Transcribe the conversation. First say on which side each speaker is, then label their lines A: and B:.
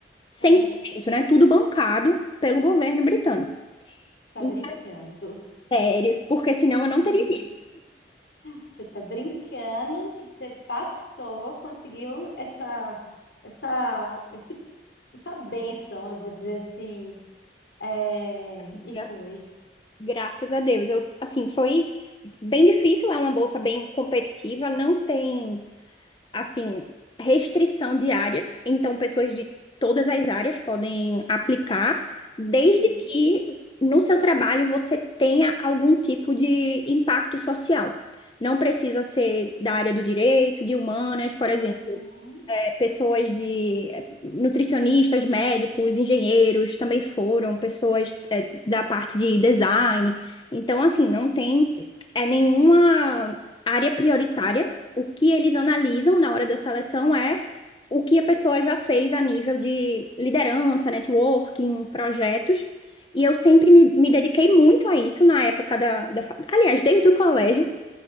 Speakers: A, on the left; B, on the left.
A: 100%,
B: é,
A: né? Tudo bancado pelo governo britânico.
B: você tá
A: E
B: brincando.
A: é sério, porque senão eu não
B: <laughs>
A: teria.
B: Você tá brincando que você passou, conseguiu essa, essa, esse, essa bênção, eu vou dizer assim, é,
A: ido.
B: e foi.
A: Graças a Deus. Eu, assim, foi bem difícil, é uma bolsa bem competitiva, não tem, assim, restrição de área, então pessoas de todas as áreas podem aplicar, desde
B: Uhum,
A: que no seu trabalho você tenha algum tipo de impacto social. Não precisa ser da área do direito, de humanas, por exemplo
B: uhum.
A: é, pessoas de é, nutricionistas, médicos, engenheiros também foram, pessoas é, da parte de design. Então, assim, não tem é, nenhuma área prioritária. O que eles analisam na hora da seleção é o que a pessoa já fez a nível de liderança, networking, projetos. E eu sempre me, me dediquei muito a isso na época da, da. fa- Aliás, desde o colégio,